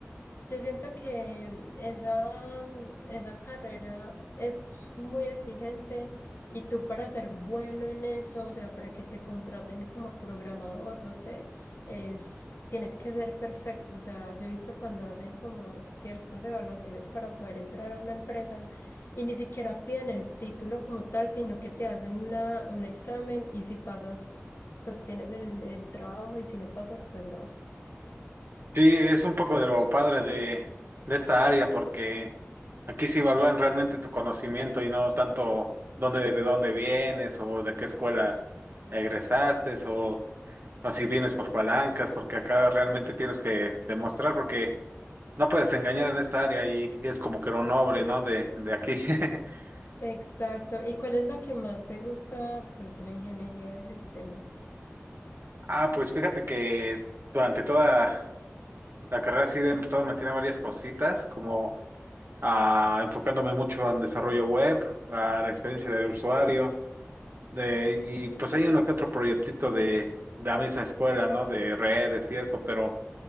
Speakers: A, on the left; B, on the right.
A: Yo siento que esa, esa carrera es muy exigente y tú para ser bueno en eso, o sea, para que te contraten como programador, no sé, es, tienes que ser perfecto. O sea, yo he visto cuando hacen como ciertas evaluaciones para poder entrar a una empresa y ni siquiera piden el título como tal, sino que te hacen una, un examen y si pasas, pues tienes el, el trabajo y si no pasas, pues no.
B: Sí, es un poco de lo padre de, de esta área, porque aquí sí evalúan realmente tu conocimiento y no tanto dónde, de dónde vienes o de qué escuela egresaste o, o si vienes por palancas, porque acá realmente tienes que demostrar, porque no puedes engañar en esta área y, y es como que lo noble, ¿no? De, de aquí. <laughs>
A: Exacto. ¿Y cuál es lo que más te gusta, pues, de la ingeniería de sistemas?
B: Ah, pues fíjate que durante toda La carrera sí he estado metiendo varias cositas, como ah, enfocándome mucho en desarrollo web, a la experiencia del usuario, de, y pues hay uno que otro proyectito de, de la misma escuela, ¿no? De redes y esto, pero